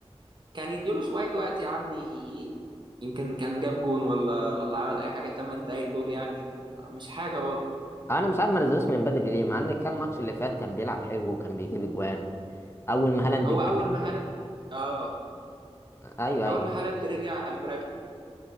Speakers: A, on the right (about 45°); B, on the left (about 25°).
A: كان يديله شوية وقت يا عم ي- يمكن كان جاب جون ولا ولا عمل أي حاجة 8 دقايق دول يعني مش حاجة برضه
B: أنا مش عارف ما نزلوش من بدري ليه مع إن كان الماتش اللي فات كان بيلعب حلو وكان بيجيب أجوان أول ما هالاند
A: هو
B: ج-
A: أول ما هالاند اه
B: أيوه
A: أول
B: أيوه
A: ما هالاند رجع قام راكنه